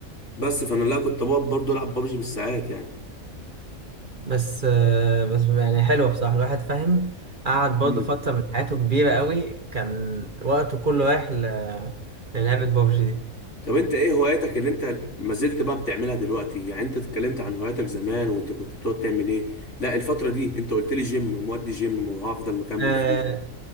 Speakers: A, on the left; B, on the right.
A: بس فانا لا كنت بقعد برضه العب بابجي بالساعات يعني
B: بس آه، بس يعني حلوه بصراحه الواحد فاهم قعد برضو
A: مم.
B: فتره من حياته كبيره قوي كان وقته كله رايح ل- للعبه بابجي دي
A: طب انت ايه هواياتك اللي انت ما زلت بقى بتعملها دلوقتي يعني انت اتكلمت عن هواياتك زمان وانت كنت بتقعد تعمل ايه لا الفتره دي انت قلت لي جيم مودي جيم وهفضل مكمل
B: آه،
A: فيه